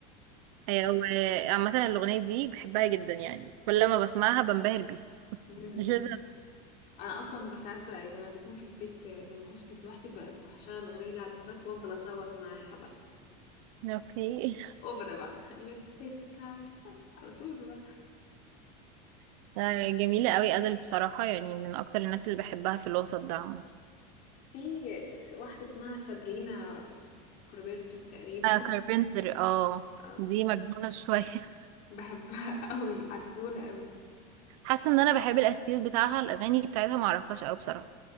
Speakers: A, on the right; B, on the left.
A: <laughs> أيوة وعامة الأغنية دي بحبها جدا يعني كل ما بسمعها بنبهر بيها
B: حقيقي
A: مش لازم
B: انا اصلا بساعات بقى لما بيكون في البيت لما بكون في البيت لوحدي ب- بشغل الاغنيه دي على السب وافضل اصوت معاها بقى
A: اوكي
B: اوبرا بقى <laughs> let the sky fall على طول بقى
A: <laughs> آه، جميلة قوي أدل بصراحة يعني من أكتر الناس اللي بحبها في الوسط ده عامة
B: في س- واحده اسمها سابرينا كوربيرتور تقريبا
A: آه كاربنتر اه
B: آه،
A: دي مجنونة شوية <laughs>
B: بحبها <laughs> قوي عسوله قوي
A: حاسه ان انا بحب الاستيل بتاعها الاغاني بتاعتها ما اعرفهاش قوي بصراحه